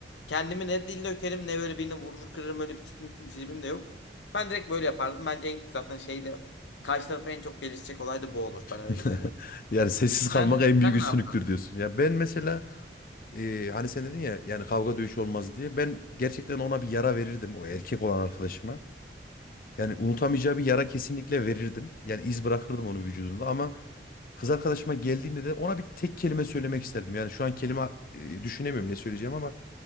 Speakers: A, on the left; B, on the left.
A: Kendimi ne dil dökerim ne böyle birini vurur kırırım öyle bir tipim, tipim de yok. Ben direkt böyle yapardım. Bence en, zaten şeyde karşı tarafı en çok delirtecek olay da bu olur. Ben öyle
B: <laughs>
A: düşünüyorum.
B: yani sessiz kalmak
A: Sen,
B: en büyük
A: sen
B: üstünlüktür
A: ne yaptın?
B: diyorsun. Ya ben mesela e, hani sen dedin ya yani kavga dövüş olmaz diye ben gerçekten ona bir yara verirdim o erkek olan arkadaşıma. Yani unutamayacağı bir yara kesinlikle verirdim. Yani iz bırakırdım onun vücudunda ama kız arkadaşıma geldiğinde de ona bir tek kelime söylemek isterdim. Yani şu an kelime e, düşünemiyorum ne söyleyeceğim ama